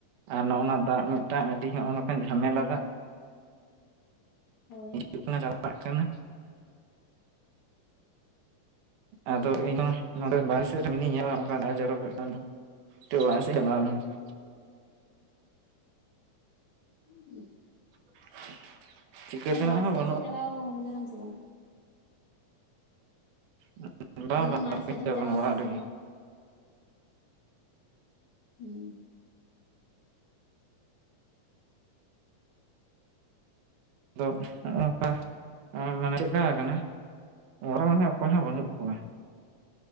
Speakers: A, on the right; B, on the left.
A: ᱟᱨ ᱱᱚᱜᱼᱱᱟ ᱫᱟᱜ ᱢᱤᱫᱴᱟᱝ ᱟᱹᱰᱤ ᱦᱚᱜᱱᱚᱝᱠᱟᱱ ᱡᱷᱟᱢᱮᱞᱟ ᱫᱚ ᱾
B: ᱦᱳᱭ
A: ᱦᱤᱡᱩᱜ ᱠᱟᱱᱟ ᱪᱟᱞᱟᱜ ᱠᱟᱱᱟ᱾
B: ᱦᱮᱸ
A: ᱟᱫᱚ ᱤᱧ ᱦᱚᱸ᱾ ᱱᱚᱰᱮ ᱵᱟᱨᱦᱮ ᱥᱮᱫ ᱨᱮ ᱢᱤᱱᱤᱧ ᱧᱮᱞᱟ ᱚᱱᱠᱟ ᱡᱚᱨᱚᱠᱮᱫ ᱠᱟᱱ ᱫᱚ ᱱᱤᱛᱚᱜ ᱚᱲᱟᱜ ᱥᱮᱫ ᱪᱟᱞᱟᱣ ᱞᱮᱱ ᱜᱮ <inaudible>
B: <unintelligible>
A: <unintelligible>
B: ᱛᱟᱦᱚᱞᱮ
A: ᱛᱮᱱᱟᱜ
B: ᱢᱟᱴ
A: ᱦᱚᱸ
B: ᱥᱮᱫ
A: ᱵᱟᱹᱱᱩᱜᱼᱟ
B: ᱫᱚ ᱪᱟᱞᱟᱶ ᱞᱮᱱᱟᱢ ᱥᱮ ᱵᱟᱝ?
A: ᱵᱟᱝ ᱵᱟᱝ
B: ᱞᱟᱹᱭᱫᱟᱹᱧ ᱢᱟᱴᱷ
A: ᱵᱟᱹᱧ
B: ᱥᱮᱫ
A: ᱪᱟᱞᱟᱣ
B: ᱫᱚᱢ
A: ᱟᱠᱟᱱᱟ ᱚᱲᱟᱜ
B: ᱞᱮᱱᱟ
A: ᱨᱮᱜᱮ᱾
B: ᱥᱮ ᱵᱟᱝ <unintelligible>
A: ᱟᱫᱚ ᱱᱚᱜ ᱱᱚᱝᱠᱟ ᱢᱟᱱᱮ ᱪᱮᱠᱟ ᱠᱟᱱᱟ᱾ ᱚᱲᱟᱜ ᱨᱮᱦᱚ ᱚᱠᱚᱭᱦᱚᱸ ᱵᱟᱹᱱᱩᱜ ᱠᱚᱣᱟ᱾